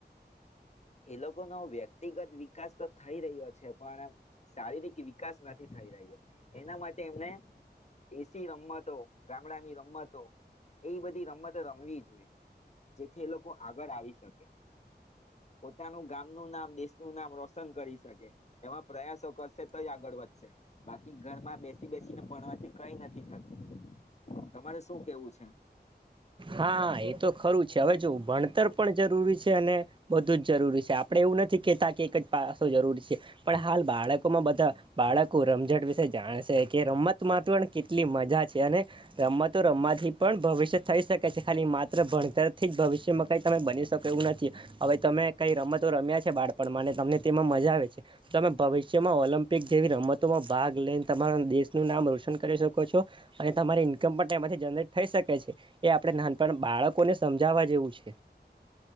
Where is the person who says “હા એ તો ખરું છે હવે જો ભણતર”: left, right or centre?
Right